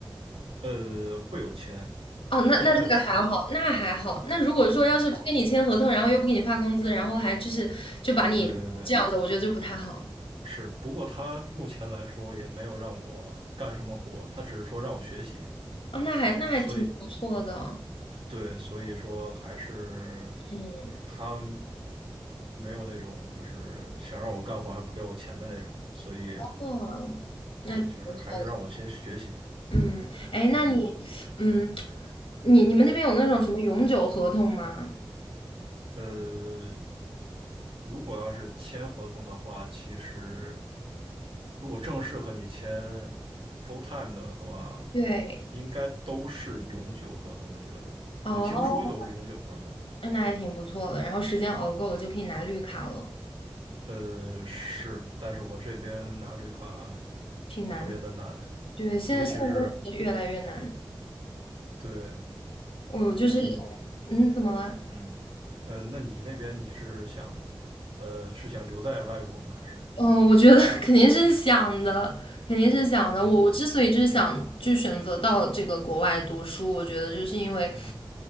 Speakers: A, on the right; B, on the left.
A: 呃，会有签，
B: 哦，那那这个还好，
A: 签的是，
B: 那还好。那如果说要是不跟你签合同，然后又不给你发工资，然后还就是就把你这样子，
A: 对对对对。
B: 我觉得就不太好。
A: 是，不过他目前来说也没有让我干什么活，他只是说让我学习，
B: 哦，那还那还挺不错的哦，
A: 所以对，所以说还是就是他
B: 嗯，
A: 没有那种就是想让我干活还不给我钱的那种，所以
B: 哦，
A: 对，
B: 那挺不错
A: 就是还是让我先学习，
B: 的，嗯，哎，那你，
A: 嗯
B: 嗯，你你们那边有那种什么永久合同吗？
A: 嗯。呃，如果要是签合同的话，其实如果正式和你签 full time 的话，
B: 对，
A: 应该都是永久合同。我觉得，
B: 哦，
A: 我听说都是永久合同。
B: 那那还挺不错的。然后时间熬够了就可以拿绿卡了，
A: 呃，是，但是我这边拿绿卡
B: 挺难。
A: 特别的难，
B: 对，现在现在都是越来越难。
A: 尤其是对，
B: 我就是，
A: 那你，
B: 嗯，怎么了？
A: 嗯，呃，那你那边你是想，呃，是想留在外国吗？还是，
B: 嗯，我觉得 <laughs> 肯定是想的，肯定是想的。
A: 嗯
B: 我我之所以就是想就选择到这个国外读书，我觉得就是因为，
A: 嗯